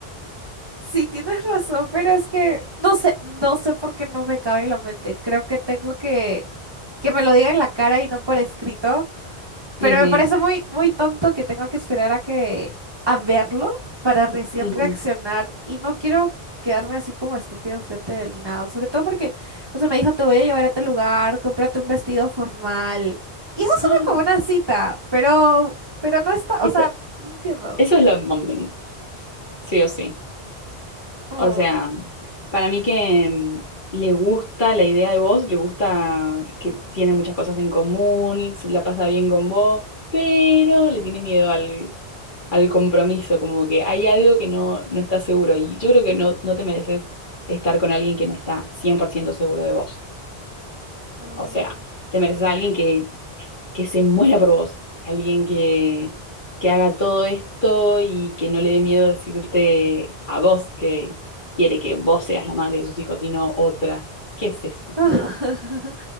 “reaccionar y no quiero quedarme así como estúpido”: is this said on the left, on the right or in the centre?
Right